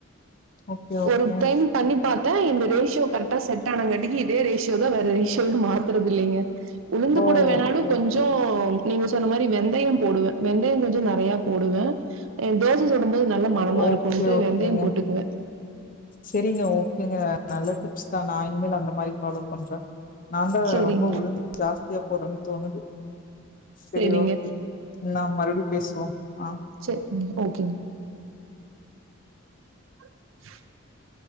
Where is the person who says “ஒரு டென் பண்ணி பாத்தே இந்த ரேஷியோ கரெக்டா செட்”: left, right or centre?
Right